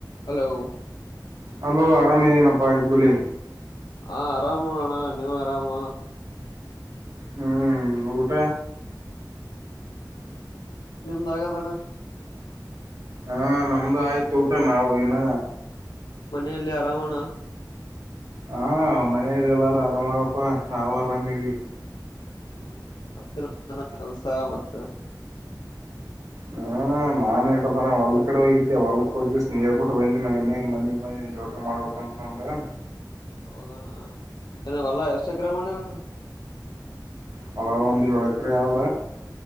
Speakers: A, on the left; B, on the right.
A: Hello
B: hello ಅರಾಮೇದನಪ್ಪಾ ಹೆಬ್ಬುಲಿ
A: ಹಾ ಆರಾಮನ ನೋಡಣ ನೀವು ಆರಾಮ
B: ಹೂ ಊಟ
A: ನಿಮ್ದಾಗದಣ್ಣ
B: ಹಾ ನಮ್ದು ಆಯ್ತತ್ ದೊಡ್ಡ ನಾವ ಇಿನ
A: ಮನೆಯಲ್ಲೇ ಆರಾಮಣ
B: ಹಾ ಮನೆಯರೆಲ್ಲಾರು ಆರಾಮಾರಪ್ಪಾ ನಾವು ಆರಾಮ ಇದೀವಿ
A: ಹೂ ಮತ್ತೆ ಕೆಲ್ಸ ಮತ್ತ
B: ಹೂ ನಾನ್ ಇೇತಾನ ಹೊಲ್ದ ಕಡೆ ಹೋಗಿದ್ದೆ ಹೊಲ್ಕ್ಕ ಹೋಗಿ ಸ್ ನೀೇರ್ ಬಿಿಟ್ಟ ಬಂದ ನಾ ಇನ್ೇ ಮನಗ್ ಬಂದ ಇನ್ ಚೌಕ ಮಾಡ್ಬೇಕ ಅಂದು
A: ಹೌದಣ್ಣ ಹೊಲ ಎಷ್ಟು ಎಕರೆ ಮಾಡಿರಣ್ಣ
B: ಹೊಲ ಒಂದು ಏಳು ಎಕರೆ ಅವ